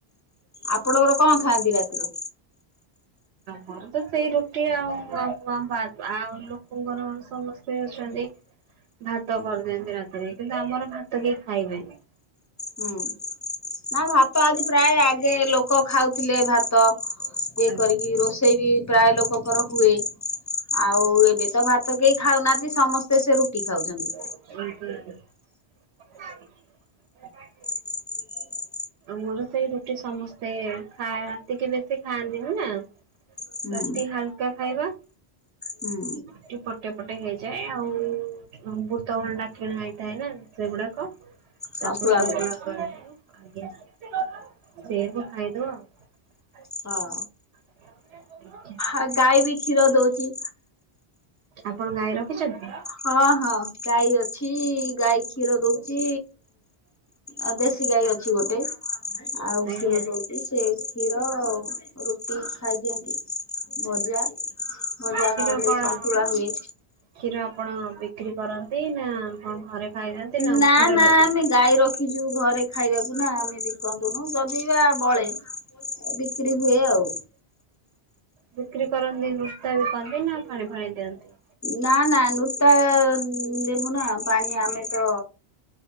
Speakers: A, on the left (about 25°); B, on the right (about 85°).
A: ଆପଣଙ୍କର କଣ ଖାଆନ୍ତି ରାତିରେ?
B: ଘୋର ତ ସେଇ ରୁଟି ଆଉ ବା ଆଉ ଲୋକଙ୍କର ସମସ୍ତେ ଅଛନ୍ତି ଭାତ କରିଦିଅନ୍ତି ରାତିରେ କିନ୍ତୁ ଆମର ଭାତ କେହି ଖାଇବେନି।
A: ହୁଁ ନା ଭାତ ଆଜି ପ୍ରାୟ ଆଗେ ଲୋକ ଖାଉଥିଲେ ଭାତ ଇଏ
B: ଆଜ୍ଞା।
A: କରିକି ରୋଷେଇ ବି ପ୍ରାୟ ଲୋକଙ୍କର ହୁଏ ଆଉ ଏବେ ତ ଭାତ ହାତ କେହି ଖାଉନାହାନ୍ତି ସମସ୍ତେ ସେ ରୁଟି ଖାଉଛନ୍ତି।
B: <unintelligible>
A: <inaudible>
B: ଆମୋର ସେଇ ରୁଟି ସମସ୍ତେ ଖା ରାତିକ ବେଶୀ ଖାଆନ୍ତିନି ନା
A: ହୁଁ
B: ରାତି ହାଲକା ଖାଇବା।
A: ହୁଁ
B: ଟିପଟ ଟେ ଏପଟେ ହେଇଯାଏ ଆଉ ବୃତଭଣ୍ଡା କିଣା ହେଇଥାଏ ନା ସେଗୁଡାକ
A: ସନ୍ତୁଳା
B: ତାକୁ ସଟଳକ
A: ହୁଏ
B: ଆଜ୍ଞା ସେରବ ଖାଇଦବା ଆଉ।
A: ହଁ।
B: <inaudible>
A: ଆ ଗାଈ ବି କ୍ଷୀର ଦଉଛି।
B: ଆପଣ ଗାଈ ରଖିଛନ୍ତି?
A: ହଁ ହଁ ଗାଇ ଅଛି। ଏଠ ଗାଈ କ୍ଷୀର ଦଉଛି ଆ ଦେଶୀ ଗାଈ ଅଛି ଗୋଟେ। ଆଉ
B: ଆଜ୍ଞା
A: କ୍ଷୀର ଦଉଛି ସେ କ୍ଷୀର ଉ ରୁଟି ଖାଇଦିଅନ୍ତି ଭଜା ଭଜା
B: କ୍ଷୀର
A: ନହେଲେ
B: କଣ
A: ସନ୍ତୁଳା ହୁଏ।
B: କ୍ଷୀର ଆପଣ ବିକ୍ରି କରନ୍ତି ନା ଆପଣ ଘରେ ଖାଇଯାଆନ୍ତି ଓମ୍ଫେଡ
A: ନା ନା
B: ବାଲା
A: ଆମେ ଗାଈ ରଖିଛୁ ଘରେ। ଖାଇବାକୁ ନା ଆମେ ବିକନ୍ତୁନୁ ଯଦି ବା ବଳେ ବିକ୍ରି ହୁଏ ଆଉ।
B: ବିକ୍ରି କରନ୍ତି ନୁସ୍ତା ବି ପାନ୍ତି ନା ଫାଣି ଫାଣି ଦିଅନ୍ତି।
A: ନା ନା ନୁଟା ଦେମୁ ନା ପାଣି ଆମେ ତ